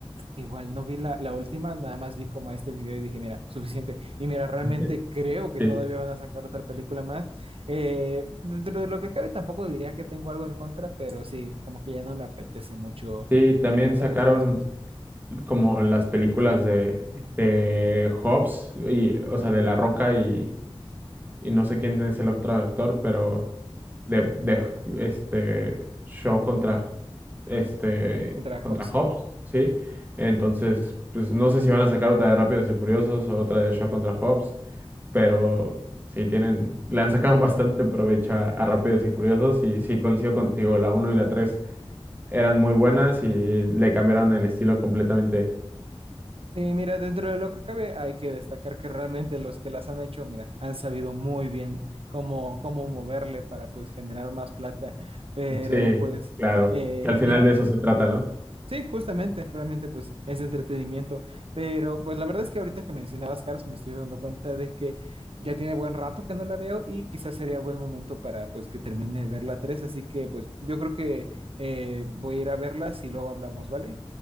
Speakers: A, on the right (about 65°); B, on the right (about 20°).
A: Igual no vi la, la última, nada más vi como este video y dije, mira, suficiente. Y mira, realmente
B: Sí.
A: creo que
B: Sí,
A: todavía van a sacar otra película más. Eh, dentro de lo que cabe, tampoco diría que tengo algo en contra, pero sí, como que ya no me apetece mucho
B: Sí, también
A: ver las,
B: sacaron
A: las próximas.
B: como las películas de, de Hobbs, y, o sea, de La Roca y, y no sé quién es el otro actor, pero de, de este Shaw contra este
A: Contra
B: contra
A: Hope, sí.
B: Hobbs, ¿sí? Entonces, pues no sé si van a sacar otra de Rápidos y Furiosos o otra de Shaw contra Hobbs, pero sí tienen, le han sacado <laughs> bastante provecho a, a Rápidos y Furiosos y sí coincido contigo, la uno y la 3 eran muy buenas y le cambiaron el estilo completamente.
A: Sí, mira, dentro de lo que cabe, hay que destacar que realmente los que las han hecho, mira, han sabido muy bien cómo, cómo moverle para pues generar más plata. Pero
B: Sí,
A: pues,
B: claro,
A: eh,
B: que al final
A: mira.
B: de eso se trata, ¿no?
A: Sí, justamente, realmente pues es entretenimiento, pero pues la verdad es que ahorita que mencionabas Cars me estoy dando cuenta de que ya tiene buen rato que no la veo y quizás sería buen momento para pues que termine de ver la 3, así que pues yo creo que eh, voy a ir a verla y luego hablamos, ¿vale?